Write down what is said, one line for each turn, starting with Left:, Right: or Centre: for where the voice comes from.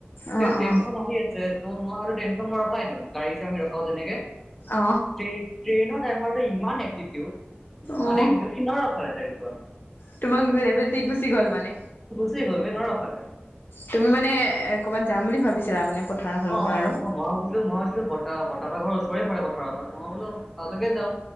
Left: অ
Centre: তেন ট্ৰেইনখন
Left: অ
Centre: আহি আছে ত' মই ভাবিলো টেইনখন মই ৰখাই দিও। গাড়ী যে আমি ৰখাও তেনেকে।
Left: অ
Centre: ট্ৰে ট্ৰেইনৰ ড্ৰাইভাৰটো ইমান এটিটিউড। ইম্মানে
Left: অ
Centre: এটিটিউড সি নৰখালে ট্ৰেইনখন।
Left: তোমাক লেভেল দি গুচি গ'ল মানে?
Centre: গুছি গ'ল বে নৰখালে।
Left: তুমি মানেএ ক'বাত যাম বুলি ভাবিছিলা মানে? পথাৰৰ ফালৰ
Centre: অ,
Left: পৰা
Centre: অ,
Left: আৰু
Centre: অ, মই ভাবিছিলো মই ভাবিছিলো প বত্তাহঁতৰ ঘৰ ওচৰতে পৰে পথাৰৰ পৰা। মই বোলো তালৈকে যাওঁ।